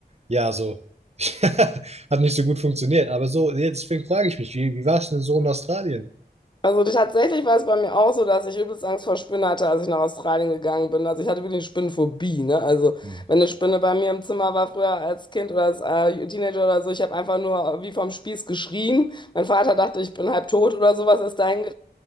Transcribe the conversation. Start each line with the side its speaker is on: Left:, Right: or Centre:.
Right: ja, so. <laughs> Hat nicht so gut funktioniert. Aber so, jetzt, deswegen frage ich mich, wie, wie war es denn so in Australien?
Left: Also tatsächlich war es bei mir auch so, dass ich übelst Angst vor Spinnen hatte, als ich nach Australien gegangen bin. Also ich hatte wirklich eine Spinnenphobie, ne? Also
Right: Hm.
Left: wenn eine Spinne bei mir im Zimmer war früher als Kind oder als äh, Teenager oder so, ich habe einfach nur wie vom Spieß geschrien. Mein Vater dachte, ich bin halb tot oder sowas, ist da in